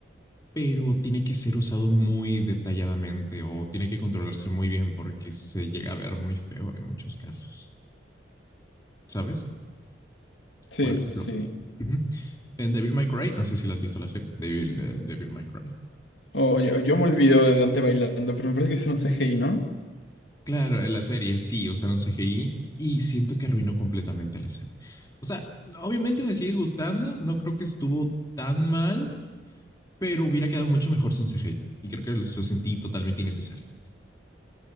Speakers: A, on the left; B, on the left.
A: pero tiene que ser usado muy detalladamente o tiene que controlarse muy bien porque se llega a ver muy feo en muchos casos, ¿sabes?
B: Sí,
A: Por ejemplo,
B: sí.
A: ujú, en Devil May Cry, no sé si la has visto la serie, Devil, del Devil May Cry.
B: Oh, yo, yo me olvido de Dante bailando, pero me parece que hicieron CGI, ¿no?
A: Claro, en la serie sí usaron CGI y siento que arruinó completamente la escena. O sea, obviamente me sigue gustando, no creo que estuvo tan mal pero hubiera quedado mucho mejor sin CGI y creo que lo sentí totalmente innecesario.